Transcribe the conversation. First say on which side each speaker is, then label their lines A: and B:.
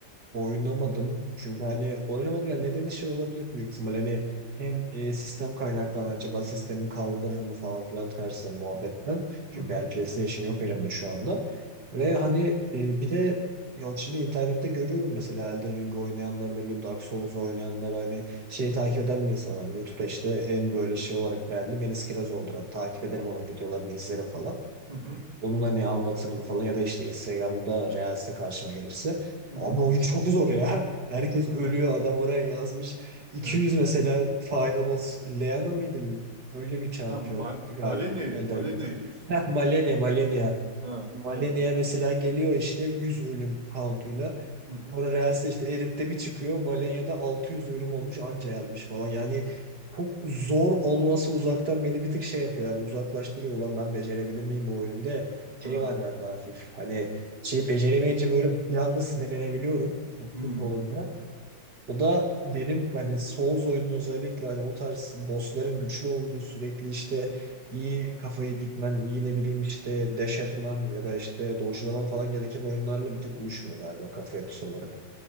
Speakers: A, on the right; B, on the right.
A: Oynamadım. Çünkü hani oynamadım ya nedeni şey olabilir büyük ihtimal. Hani hem e, sistem kaynaklan acaba sistemi kaldırır mı falan filan tarzı muhabbetten. Çünkü
B: Hı hı.
A: her PlayStation yok elimde şu anda. Ve
B: Hı hı.
A: hani e, bir de ya şimdi internette görüyorum mesela Elden Ring oynayanları ne bileyim Dark Souls oynayanlar hani şey takip eden bir insanım. Hani YouTube'da işte en böyle şey olarak beğendim Enis Kirazoğlu'dur. Hani takip ederim onun videolarını izlerim falan.
B: Hı hı.
A: Onun hani anlatımını falan ya da işte Instagram'da Reels'te karşıma gelirse.
B: Hı
A: Abi
B: hı.
A: oyun çok zor ya. <laughs> Herkes
B: <laughs>
A: ölüyor. Adam oraya yazmış. 200
B: Ha,
A: mesela Final Boss Leana mıydı? Öyle bir şampiyon
B: ha, Ma
A: galiba.
B: Malenya'yı,
A: Elden
B: Malenya'yı
A: gitti.
B: diyorsun
A: Heh,
B: sanırım.
A: Malenia, Malenia.
B: Ha,
A: Malenia
B: evet.
A: mesela geliyor işte 100 ölüm count'uyla.
B: Hı hı.
A: Sonra Reels'te işte edit'te bir çıkıyor. Malenya'da 600 ölüm olmuş anca yenmiş falan. Yani
B: Hı hı.
A: çok zor olması uzaktan beni bir tık şey yapıyor. Yani uzaklaştırıyor. Ulan ben becerebilir miyim bu oyunu? Bir de şey
B: Ha.
A: var bende hafif. Hani şey beceremeyince böyle biraz da sinirlenebiliyorum.
B: Hmm.
A: Çünkü oyuna. O da benim hani Souls oyunun özellikle hani o tarz bossların güçlü olduğu sürekli işte iyi kafayı gitmen, iyi ne bileyim işte dash etmen ya da işte dodge'laman falan gereken oyunlarla bir tek uyuşmuyor galiba kafa yapısı olarak.